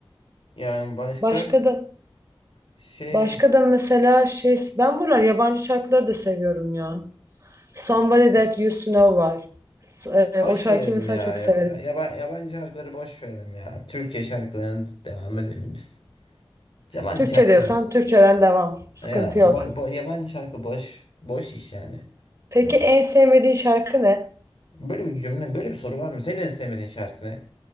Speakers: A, on the left (about 75°); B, on the right (about 30°).
A: Yani başka
B: Başka da
A: şey
B: başka da mesela şey ben buralar yabancı şarkıları da seviyorum ya. Somebody That You Used To Know var. S- e,
A: Boş
B: O şarkıyı
A: verelim
B: mesela
A: ya.
B: çok
A: Ya,
B: severim.
A: ya- yaba- yabancı şarkıları boş verelim ya. Türkiye şarkılarına devam edelim biz. Yabancı
B: Türkçe
A: şarkı,
B: diyorsan Türkçeden devam. Sıkıntı
A: ya,
B: yok.
A: bo, bo- yabancı şarkı boş. Boş iş yani.
B: Peki en sevmediğin şarkı ne?
A: Böyle bir cümle, böyle bir soru var mı? Senin en sevmediğin şarkı ne?